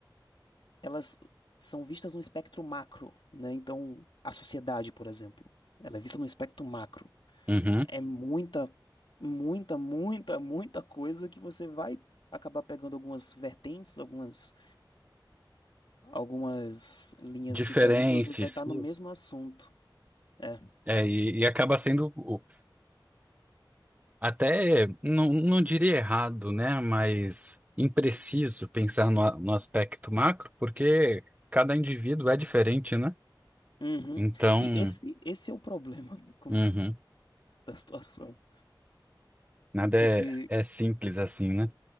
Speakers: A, on the left; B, on the right.
A: elas são vistas num espectro macro, né? Então, a sociedade, por exemplo, ela é vista num espectro macro.
B: Uhum.
A: É muita, muita, muita, muita coisa que você vai acabar pegando algumas vertentes, algumas algumas linhas
B: Diferentes.
A: diferentes, mas você vai estar
B: Isso.
A: no mesmo assunto. É.
B: É, e, e acaba sendo o- até, não, não diria errado, né? Mas impreciso pensar no, a- no aspecto macro, porque cada indivíduo é diferente, né?
A: Uhum.
B: Então,
A: E esse, esse é o problema <laughs> com-
B: uhum,
A: da situação.
B: nada
A: Porque,
B: é, é simples assim, né?